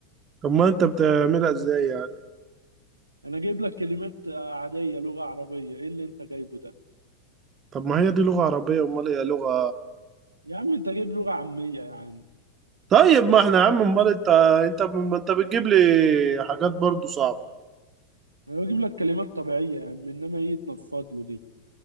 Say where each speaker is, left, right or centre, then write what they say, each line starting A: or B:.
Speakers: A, on the right; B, on the right.
A: طب ما انت بتعملها ازاي يعني
B: انا جايب لك كلمات آه، عادية لغة عربية ايه اللي انت جايبه ده
A: طب ما هي دي لغة عربية امال هي لغة
B: يا عم انت جايب لغة عامية يا عم
A: طيب ما احنا يا عم امال انت انت ما انت بتجيب لي حاجات برضو صعبة
B: انا بجيب لك كلمات طبيعية يا عم انما ايه يتنفض له دي